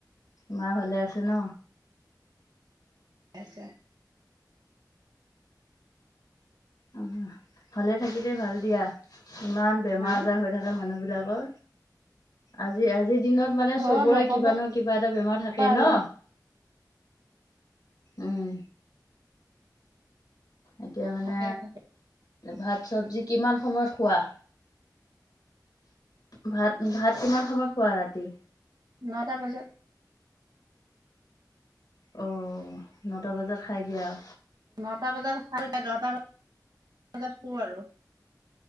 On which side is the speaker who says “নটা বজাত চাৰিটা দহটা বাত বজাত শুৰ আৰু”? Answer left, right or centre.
Right